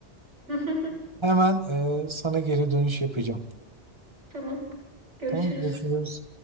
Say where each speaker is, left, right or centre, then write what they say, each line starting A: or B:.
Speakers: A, on the right; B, on the right.
A: <laughs>
B: hemen e, sana geri dönüş yapacağım.
A: Tamam. Görüşürüz.
B: Tamam görüşürüz.